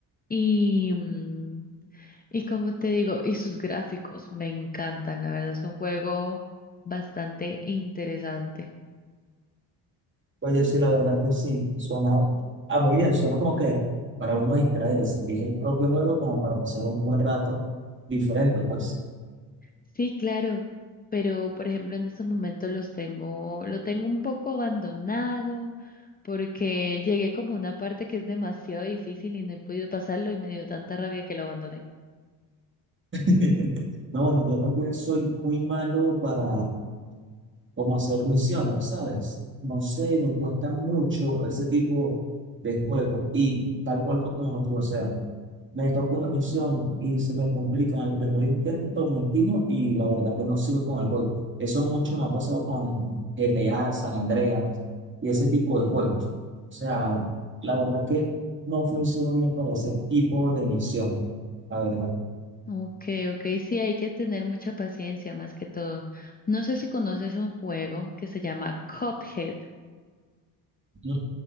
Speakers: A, on the left; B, on the right.
A: y mm, y como te digo, y sus gráficos me encantan, la verdad es un juego bastante interesante.
B: Oye, sí, la verdad que sí, suena ah, muy bien, suena como que para uno distraerse, que es el propio juego, como para pasar un buen rato diferente, pues.
A: Sí, claro, pero por ejemplo en estos momentos los tengo, lo tengo un poco abandonado porque llegué como a una parte que es demasiado difícil y no he podido pasarlo y me dio tanta rabia que lo abandoné.
B: <laughs> No, bueno, yo también soy muy malo para como hacer misiones, ¿sabes? No sé, me cuesta mucho ese tipo de juegos y tal cual como tú, o sea, me tocó una misión y se me complica en el primer intento, me empino y la verdad que no sigo con el juego. Eso mucho me ha pasado con GTA, San Andreas y ese tipo de juegos. O sea, la verdad que no funciona bien para ese tipo de misión, la verdad.
A: Okay, okay, sí, hay que tener mucha paciencia más que todo. No sé si conoces un juego que se llama Cuphead.
B: <laughs> No